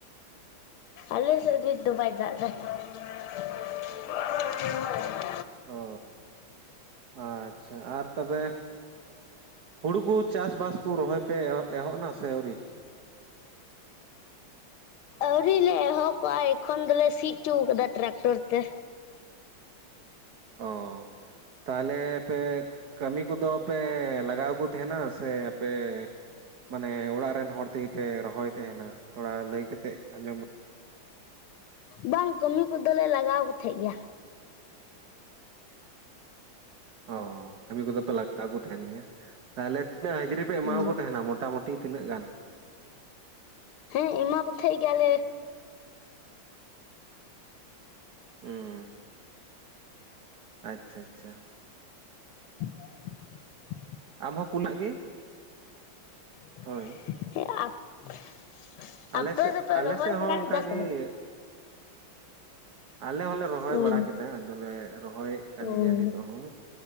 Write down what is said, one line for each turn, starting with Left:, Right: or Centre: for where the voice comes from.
Left: ᱟᱞᱮ ᱥᱮᱫ ᱱᱤᱛ ᱫᱚ ᱵᱟᱭ ᱫᱟᱜ <unintelligible> <inaudible>
Right: ᱚ ᱟᱪᱪᱷᱟ ᱟᱨ ᱛᱚᱵᱮ ᱦᱩᱲᱩ ᱠᱚ ᱪᱟᱥ ᱵᱟᱥ ᱠᱚ ᱨᱚᱦᱚᱭ ᱯᱮ ᱮᱸ ᱮᱦᱚᱵ ᱱᱟ ᱥᱮ ᱟᱹᱣᱨᱤ᱾
Left: ᱟᱣᱨᱤ ᱞᱮ ᱮᱦᱚᱵ ᱠᱚᱜ-ᱟ ᱮᱠᱷᱚᱱ ᱫᱚᱞᱮ ᱥᱤ ᱚᱪᱚ ᱟᱠᱟᱫᱟ ᱴᱨᱟᱠᱴᱚᱨ ᱛᱮ᱾
Right: ᱚ ᱛᱟᱦᱚᱞᱮ ᱯᱮ ᱠᱟᱹᱢᱤ ᱠᱚᱫᱚ ᱯᱮ ᱞᱟᱜᱟᱣ ᱠᱚ ᱛᱟᱦᱮᱱᱟ ᱥᱮ ᱟᱯᱮ ᱢᱟᱱᱮ ᱚᱲᱟᱜ ᱨᱮᱱ ᱦᱚᱲ ᱛᱮᱜᱮ ᱯᱮ ᱨᱚᱦᱚᱭ ᱛᱟᱦᱮᱱᱟ, ᱛᱷᱚᱲᱟ ᱞᱟᱹᱭ ᱠᱟᱛᱮᱫ ᱟᱸᱡᱚᱢ
Left: ᱵᱟᱝ ᱠᱟᱹᱢᱤ ᱠᱚᱫᱚᱞᱮ ᱞᱟᱜᱟᱣ ᱠᱚ ᱛᱟᱦᱮᱸᱫ ᱜᱮᱭᱟ᱾
Right: ᱚ ᱠᱟᱹᱢᱤ ᱠᱚᱫᱚ ᱯᱮ ᱞᱟᱜᱟᱣ ᱠᱚ ᱛᱟᱦᱮᱱ ᱜᱮᱭᱟ ᱛᱟᱦᱚᱞᱮ ᱛᱤᱱᱟᱹᱜ ᱦᱟᱹᱡᱨᱤ ᱯᱮ ᱮᱢᱟ
Left: ᱦᱩᱸ
Right: ᱠᱚ ᱛᱟᱦᱮᱱᱟ ᱢᱚᱴᱟᱢᱩᱴᱤ? <inaudible> ᱛᱤᱱᱟᱹᱜ ᱜᱟᱱ?
Left: ᱦᱮᱸ ᱮᱢᱟ ᱠᱚ ᱛᱟᱦᱮᱸᱮᱫ ᱜᱮᱭᱟᱞᱮ,
Right: <unintelligible> ᱟᱪᱪᱷᱟ ᱟᱪᱪᱷᱟ᱾
Left: <unintelligible>
Right: ᱟᱢᱦᱚᱸ <inaudible> ᱜᱮ
Left: <unintelligible>
Right: ᱦᱳᱭ ᱟᱞᱮ
Left: ᱟᱯᱮ
Right: ᱥᱮᱫ
Left: ᱫᱚ ᱯᱮ
Right: ᱟᱞᱮ
Left: ᱨᱚᱦᱚᱭ
Right: ᱥᱮᱫ
Left: ᱵᱟᱲᱟ
Right: ᱦᱚᱸ
Left: ᱠᱮᱫᱟ
Right: ᱚᱱᱠᱟ
Left: ᱥᱮ
Right: ᱜᱮ
Left: ᱵᱟᱝ?
Right: ᱟᱞᱮ ᱦᱚᱞᱮ ᱨᱚᱦᱚᱭ
Left: ᱦᱩᱸ
Right: ᱵᱟᱲᱟ ᱠᱮᱫᱟ ᱟᱫᱚᱞᱮ ᱨᱚᱦᱚᱭ ᱠᱟᱱ
Left: ᱦᱩᱸ
Right: ᱜᱮᱭᱟ ᱱᱤᱛᱚᱜ ᱦᱚᱸ